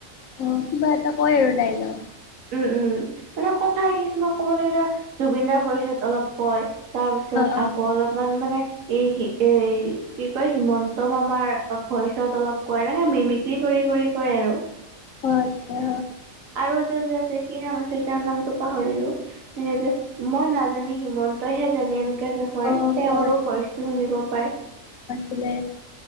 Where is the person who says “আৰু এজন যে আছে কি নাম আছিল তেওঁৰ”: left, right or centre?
Right